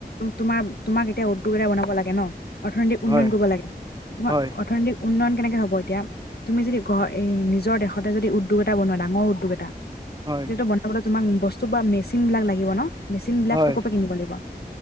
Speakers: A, on the left; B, on the right.
A: তোমাৰ তোমাক এতিয়া উদ্যোগ এটা বনাব লাগে ন অৰ্থনৈতিক উন্নয়ন
B: হয়,
A: কৰিব লাগে তোমাৰ
B: হয়,
A: অৰ্থনৈতিক উন্নয়ন কেনেকে হ'ব এতিয়া তুমি যদি ঘ এই নিজৰ দেশতে যদি উদ্যোগ এটা বনোৱা ডাঙৰ উদ্যোগ এটা
B: হয়
A: তেতিয়াতো বনাবলৈ তোমাক বস্তু বা মেচিন বিলাক লাগিব ন মেচিন বিলাকতো
B: হয়,
A: কপা কিনিব লাগিব